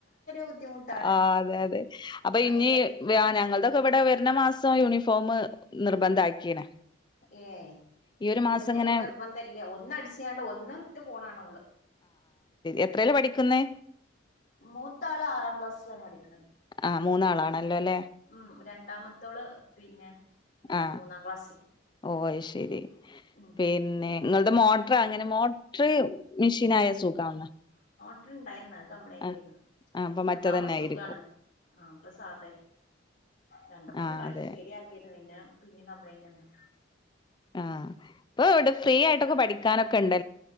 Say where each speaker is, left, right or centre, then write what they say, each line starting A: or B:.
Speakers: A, on the left (about 50°); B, on the left (about 25°).
A: ബുദ്ധിമുട്ടാണ്
B: ആഹ് അതെ അതെ അപ്പൊ
A: അയിന്റെ
B: ഇനി
A: എടയിൽ കൂടി
B: വ്യ ഞങ്ങൾതൊക്കെ പെ ഇവടെ വെര്ന്ന മാസം യൂണിഫോമ് നിർബന്ധാക്കീണ്.
A: ഏഹ്
B: ഈ ഒരു
A: ഇവടെ
B: മാസം
A: തെരെ
B: ഇങ്ങനെ
A: നിർബന്ധല്ല ഒന്നട്ച്യാണ്ട് ഒന്ന് ഇട്ട് പോണാണ ഓള്.
B: എത്രേല പഠിക്ക് ന്നെ?
A: മൂത്താള് ആറാം ക്ലാസ്സിലാണ് പഠിക്കു
B: ആ മൂന്നാളാണല്ലോ അല്ലേ
A: ഉം രണ്ടാമത്തോള് പിന്നെ
B: ആ
A: മൂന്നാം ക്ലാസ്സിൽ
B: ഓ അത് ശരി
A: ഉം
B: പിന്നെ ഇങ്ങൾത് മോ പ്പ അങ്ങനെ മോട്ര് മെഷീനായ സുഖാണ്
A: ട്ട്ണ്ടായിര്ന്ന കംപ്ലയ്ൻ്റായ്‌ര്ന്ന്
B: ആഹ് ആഹ് അപ്പൊ മറ്റേതന്നെ
A: അതാവുമ്പ സുഖാണ്
B: ആയിരിക്കും
A: ആഹ് പ്പ സാധ രണ്ട് മൂന്ന്
B: ആഹ്
A: പ്രാവശ്യ
B: അതെ
A: ശരിയാക്കിര്ന്ന് പിന്നെ പി കംപ്ലെയ്ൻ്റെന്ന്
B: ആഹ് പ്പോ വടെ ഫ്രീ യായിട്ടൊക്കെ പഠി ക്കാനൊക്കെ ഉണ്ട്